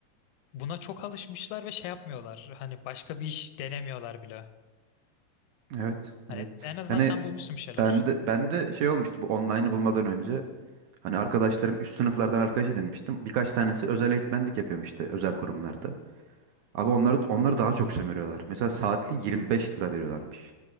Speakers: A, on the left; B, on the right.
A: Buna çok alışmışlar ve şey yapmıyorlar. Hani başka bir iş denemiyorlar bile.
B: evet
A: Hani
B: evet.
A: en azından
B: Yani
A: sen bulmuşsun bir şeyler.
B: ben de, ben de şey olmuştu bu online'ı bulmadan önce. Hani arkadaşlarım üst sınıflardan arkadaş edinmiştim. Birkaç tanesi özel eğitmenlik yapıyorum işte özel kurumlarda. Abi onları onları daha çok sömürüyorlar. Mesela saatli 25 lira veriyorlarmış.